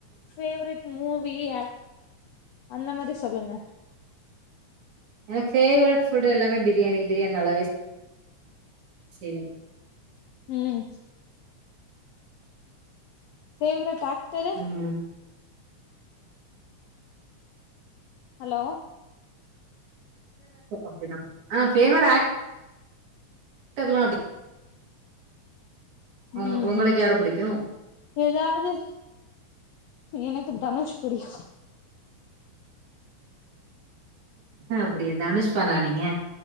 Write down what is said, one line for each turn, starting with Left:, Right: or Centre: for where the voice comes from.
Left: ஃபேவரட் மூவி ஆக்ட் அந்த மாரி சொல்லுங்க
Right: எனக்கு ஃபேவரெட் ஃபுட் எல்லாமே பிரியாணி பிரியாணி நல்லாவே செய்வ
Left: ம் ஃபேவரட் ஆக்டரு
Right: ம்
Left: ஹலோ
Right: அப்படி தா ஃபேவரட் ஆக்டர் லா அப்டி <inaudible> உங்
Left: ம்
Right: உங்களுக்கு
Left: ம்
Right: யார புடிக்கு
Left: எதாது எனக்கு தனுஷ் பிடிக்கு
Right: அப்டியா தனுஷ் ஃபேனா நீங்க